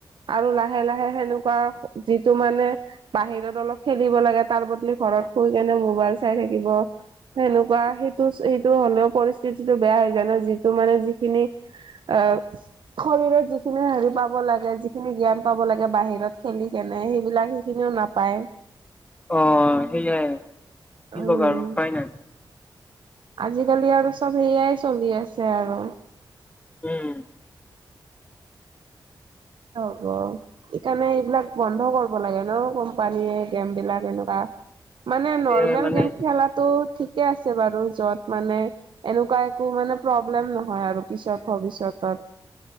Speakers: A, on the right; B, on the left.
A: আৰু লাহ লাহে-লাহে সেনেকুৱা যিটো মানে বাহিৰত অলপ খেলিব লাগে তাৰ বদলি ঘৰত শুই কেনে মোবাইল চাই থাকিব। সেনেকুৱা সেইটো, সেইটো হ'লেও পৰিস্থিতিটো বেয়া হৈ যায় ন' যিটো মানে যিখিনি অহ, শৰীৰত যিখিনি হেৰি পাব লাগে যিখিনি জ্ঞান পাব লাগে বাহিৰত খেলি কেনে সেইবিলাক সেইখিনিও নাপায়।
B: অহ, সেইয়াই কি
A: উম
B: কবা বাৰু উপায় নাই।
A: আজিকালি আৰু চব সেয়াই চলি আছে আৰু।
B: উম।
A: কি হ'ব সেইকাৰণে এইবিলাক বন্ধ কৰিব লাগে ন' কোম্পানীয়ে। গেমবিলাক এনেকুৱা। মানে নৰ্মেল
B: এ মানে
A: গেম খেলাটো ঠিকে আছে বাৰু য'ত মানে এনেকুৱা একো মানে প্ৰব্লেম নহয় আৰু পিছত ভৱিষ্যতত।